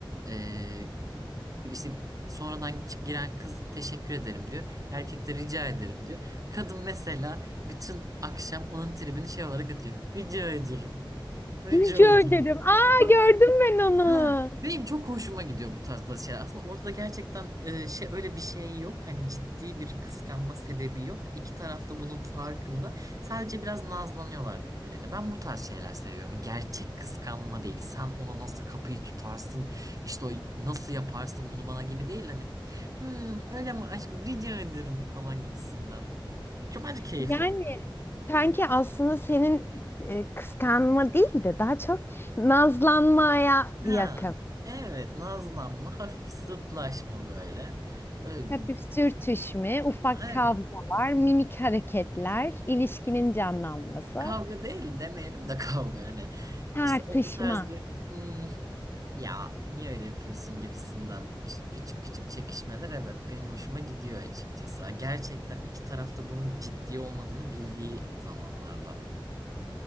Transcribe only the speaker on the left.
Rica
ederim. Aa
gördüm ben onu.
Yani
sanki aslında senin e, kıskanma değil de daha çok nazlanmaya yakın.
Hafif sürtüşme, ufak
kavgalar, mimik hareketler, ilişkinin canlanması,
tartışma.